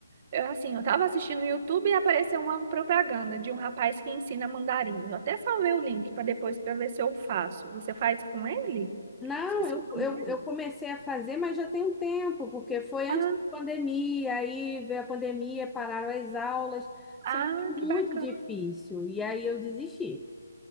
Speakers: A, on the right; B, in the centre.
A: eu, assim, eu tava assistindo no YouTube e apareceu uma propaganda de um rapaz que ensina mandarim. Eu até salvei o link para depois para ver se eu faço. Você faz com ele?
B: Não,
A: Esqueci
B: eu,
A: o nome
B: eu,
A: dele.
B: eu comecei a fazer, mas já tem um tempo, porque foi
A: Ah,
B: antes da pandemia, aí veio a pandemia, pararam as aulas, só
A: ah,
B: que é muito
A: que bacana.
B: difícil, e aí eu desisti.